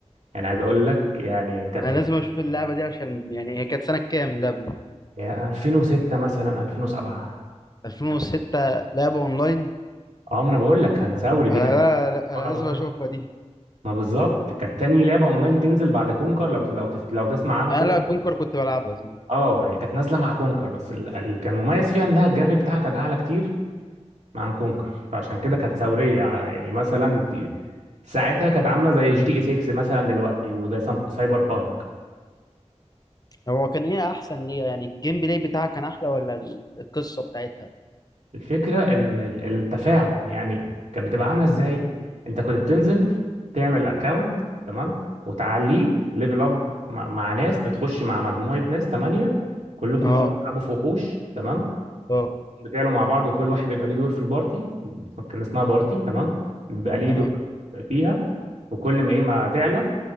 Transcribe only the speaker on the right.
يعني عايز اقول لك يعني كانت
يعني 2006 مثلا 2007
اه ما انا بقول لك كان ثوري دي
كانت
أول
أونلاين.
ما بالظبط كانت تاني لعبه اونلاين تنزل بعد كونكر لو لو تف... لو تسمع عنها
كونكر
اه هي كانت نازله مع كونكر بس ال... ال... كان مميز فيها انها الجرافيك بتاعها كان اعلى كتير مع كونكر فعشان كده كانت ثوريه على- يعني مثلا ت- ساعتها كانت عامله زي جي تي اي 6 مثلا دلوقتي وزي سام- سايبر بانك
الفكره ان ال- التفاعل يعني كانت بتبقى عامله ازاي انت كنت بتنزل تعمل اكونت تمام وتعليه ليفل اب مع... مع ناس بتخش مع مجموعه ناس تمانية كلكم
بقى بتلعبوا في وحوش تمام
بتعلوا مع بعض وكل واحد بيبقى ليه دور في البارتي كان اسمها بارتي تمام بيبقى ليه
دور فيها وكل ما ايه ما تعلى